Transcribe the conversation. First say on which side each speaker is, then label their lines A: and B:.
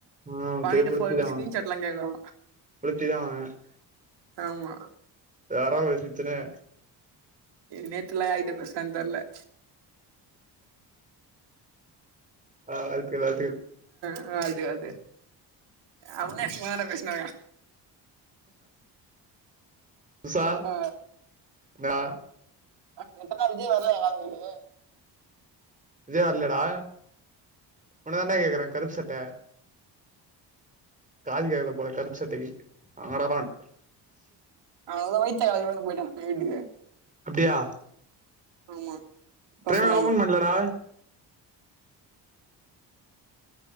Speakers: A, on the right; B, on the right.
A: ஆ
B: பண்ணிட்டு
A: பெரிய புளுத்திதா
B: போடோ ஸ்கிரீன்
A: அவ
B: சாட்லா கேக்கறா
A: புளுத்திதா அவ
B: ஆமா
A: யாரோ <unintelligible>
B: நேத்துலா யார்ட பேசுனான்னு தெரில
A: ஆ வாழ்த்துகள் வாழ்த்துக்கள்
B: அ அது அது அவினாசி மவன பேஸ் நாயா
A: உஷா
B: ஆ
A: நா
B: ஆ இப்பத்தா விஜி வரலயா வேலைக்கு
A: விஜய் வரலடா உன்ன தாண்ட கேக்குறே கருப்பு சட்ட காது கேக்கல போல கருப்பு சட்டைக்கு ஆடறான்
B: அவதா வையித்த கலக்குதுனு போய்டா வீட்டுக்கு
A: அப்டியா
B: ஆமா அதா
A: பிரேமே
B: சொன்னாய்ங்க
A: ஓப்பன் பண்லடா